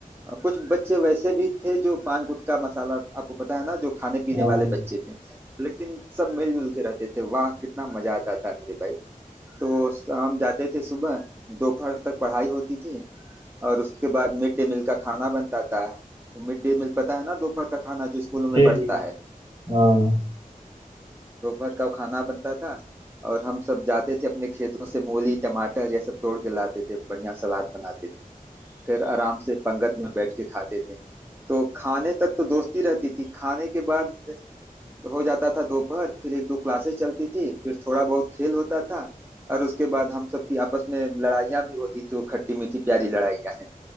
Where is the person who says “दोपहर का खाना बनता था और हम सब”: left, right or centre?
Right